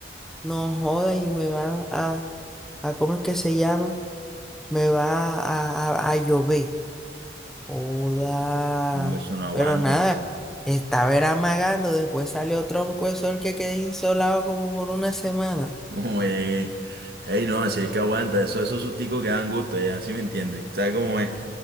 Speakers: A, in the centre; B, on the right (about 60°).
A: no joda y me va a, a ¿cómo es que se llama? Me va a, a a a llover. Joda.
B: un beso no aguanta.
A: Pero nada,
B: ¿no?
A: estaba era amagando, después salió tronco de sol que quedé insolado como por una semana.
B: Ué, Ey, no, así es que aguanta, eso, esos susticos que dan gusto, ya, ¿sí me entiendes, ¿sabes cómo es?